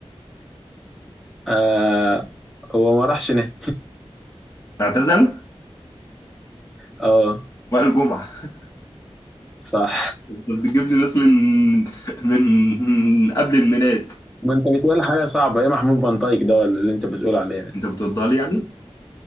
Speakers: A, in the centre; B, on the left (about 30°).
A: آه هو ما راحش نهائي
B: اعتزل
A: اه
B: وائل جمعة <laughs>
A: صح
B: انت بتجيب لي ناس من من من قبل الميلاد
A: ما انت بتقول حاجه صعبه ايه محمود بنطايك ده ولا اللي انت بتقول عليه ده
B: انت بترضى لي يعني